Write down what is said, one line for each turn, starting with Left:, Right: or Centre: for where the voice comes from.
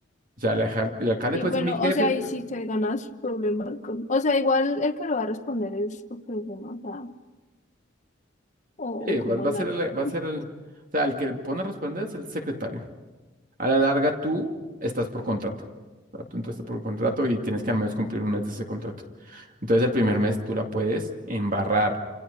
Right: O sea, el, alcal- el alcalde
Left: Y
Right: puede
Left: bueno,
Right: ser mi jefe,
Left: o sea,
Right: pero
Left: y si te ganas problemas con... O sea, igual el que lo va a responder es tu problema, o sea, o,
Right: sí,
Left: o como
Right: va, va
Left: el
Right: a ser
Left: algo.
Right: el, va a
Left: <laughs>
Right: ser el, o sea, el que pone a responder es el secretario. A la larga tú estás por contrato. O sea, tú entraste por un contrato y tienes que al menos cumplir un mes de ese contrato. Entonces el primer mes tú la puedes embarrar